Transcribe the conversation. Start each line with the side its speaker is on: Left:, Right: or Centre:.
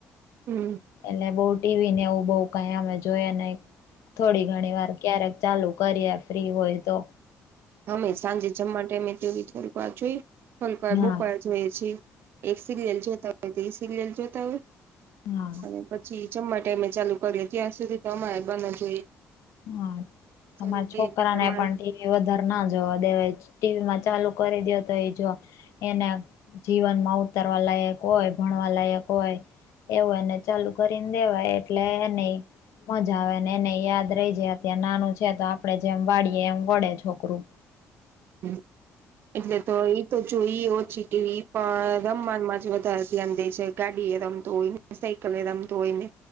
Right: હમ
Left: એટલે બઉ ટીવી ને એવું બઉ કઈ અમે જોઈએ નહી, થોડી ઘણી વાર ક્યારેક ચાલુ કરીએ ફ્રી હોય તો
Right: અમે સાંજે જમવા ટાઈમે થોડીક વાર જોઈએ, થોડીક વાર
Left: હા
Right: બપોરે જોઈ છીએ. એક સિરિયલ જોતા હોય તે એ સિરિયલ જોતા હોય.
Left: હા
Right: અને પછી જમવા ટાઈમે ચાલુ કરીએ ત્યાં સુધી તો અમારે બંધ જ હોય.
Left: હા તમારા
Right: ચાલો તો
Left: છોકરાને
Right: એ પ્રમાણ
Left: પણ ટીવી વધારે ના જોવા દેવાય, ટીવી માં ચાલુ કરી દો તો એ જો એને જીવનમાં ઉતારવા લાયક હોય, ભણવા લાયક હોય. એવું એને ચાલુ કરીને દેવાય એટલે એનેય મજા આવે એનેય યાદ રહી એ અત્યારે નાનું છે તો આપડે જેમ વાળીએે એમ વડે છોકરું
Right: હમ એટલે તો એ તો જોઈ ઓછી ટીવી પણ, રમવામાં હજી વધારે ધ્યાન દે છે. ગાડી એ રમતો હોય ને, સાયકલ એ રમતો હોય, ને